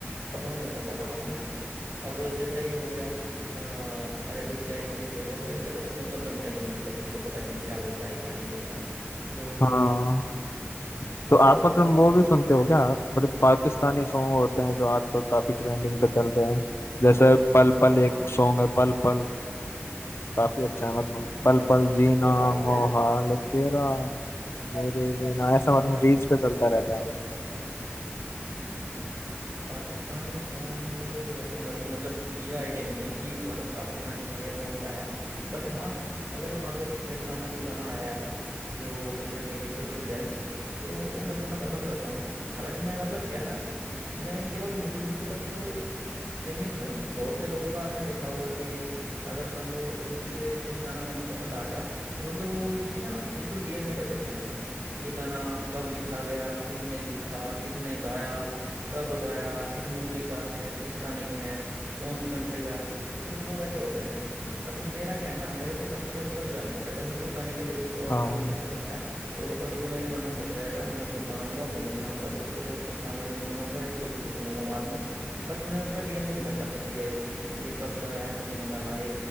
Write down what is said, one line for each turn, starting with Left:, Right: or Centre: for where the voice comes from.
Right: पसंद नहीं करता गानों को ना अब जैसे ये हो गया अरेबिक या इंग्लिश हो गए तो इनका तो कुछ मतलब बनता ही नहीं मतलब किसी को पता ही नहीं क्या बोल रहा है क्या नहीं बोल रहा है तो
Left: हाँ
Right: वो
Left: तो आप मतलब
Right: थोड़ा सा
Left: वो
Right: फिर
Left: भी
Right: भी
Left: सुनते
Right: सुनने
Left: हो क्या
Right: में
Left: थोड़े पाकिस्तानी सॉन्ग होते हैं जो आजकल काफी ट्रेंडिंग पे चल रहे हैं जैसे पल पल
Right: कौन
Left: एक
Right: सा
Left: सॉन्ग है पल पल काफी अच्छा है मतलब पल
Right: थोड़ा सा
Left: पल जीना
Right: थोड़ा सा आगे क्या
Left: मोहाल
Right: है
Left: तेरा मेरे बिना ऐसा
Right: अच्छा
Left: मतलब रील्स पे चलता रहता है वो
Right: हम्म, पाकिस्तानी सॉन्ग वैसे मेरे को मतलब ये आइडिया नहीं है कि ये गाना पाकिस्तानी है या कौन सा है बट हाँ अगर मान लो मेरे सामने कोई गाना आया ऐसा जो कहीं ना कहीं दिल को छू जाए तो वो मैं सुनना पसंद करता हूँ हालांकि मैं मतलब क्या है ना मैं केवल म्यूजिक तक सीमित हूँ बहुत से लोगों का आपने देखा होगा कि अगर मान लो उनसे कोई गाना उन्हें पसंद आ गया तो मतलब वो उसकी ना बिल्कुल डीएनए कर देते हैं उसका ये गाना कब लिखा गया किसने लिखा किसने गाया कब गाया किस मूवी का है किसका नहीं है कौन सी कंट्री का है तो कुछ लोग ऐसे होते हैं बट मेरा क्या है ना मेरे को मतलब है केवल गाने से अगर मेरे को गाने के लिरिक्स और
Left: हाँ
Right: उसका म्यूजिक पसंद आया तो बस वो मेरे मन में बस जाएगा मैं उसको गाऊंगा गुनगुनाऊंगा दूसरों को के सामने गुनगुनाऊंगा या खुद उसको सुनूंगा बाद में बट मैं उसका डीएनए नहीं करता फिर कि ये कब गाया किसी ने गाना ये